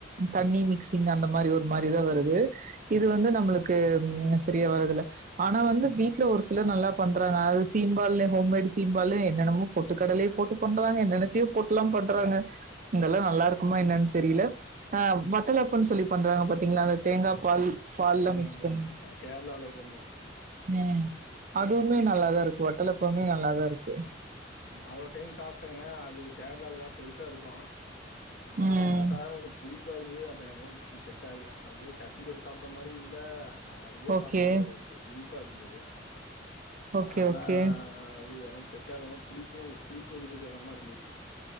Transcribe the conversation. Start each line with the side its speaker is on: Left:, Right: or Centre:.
Right: தண்ணி மிக்சிங் அந்த மாரி ஒரு மாரிதா வருது இது வந்து நம்மளுக்கு சரியா வரதுல ஆனா வந்து வீட்ல ஒரு சிலர் நல்லா பண்றாங்க அது ச சீம்பால்லே ஹோம்மேட் சீம்பாலு என்னென்னமோ போட்டு கடலே போட்டு பண்றாங்க என்னென்னத்தயு போட்டுலா பண்றாங்க இதல்லா நல்லாருக்குமா என்னன் தெரியல அ வட்டலப்பன் சொல்லி பண்றாங்க பாத்தீங்ளா அந்த தேங்கா பால் பால்லா
Left: ஆமா
Right: மிக்ஸ்
Left: ஆமா
Right: பண்ணி
Left: கேரளால இது பண்ணுவாங்க
Right: ம் அதுவுமே நல்லாதா இருக்கு வட்டலப்பவுமே நல்லாதா இருக்கு
Left: நா ஒரு டைம் சாப்ட்டங்க அது கேர்ளாலதா பெருசா இருக்கு ஆனா
Right: ம்
Left: நா சாரு கொஞ்ச புளிப்பா இருந்துது அப்ப எங்க ஒ புடி செட் ஆகல அது சட்னி தொட்டு சாப்புட்ற மாரி இல்ல அப்டியே
Right: ஓகே
Left: சாப்புட்றது போல இருக்கு இனிப்பா இருந்துது
Right: ஓகே
Left: ஆனா
Right: ஓகே
Left: அது எனக்கு செட்டாலன் புளிப்பு புளிப்பு இனிப்பு சேந்தா மாரி இருந்துச்சு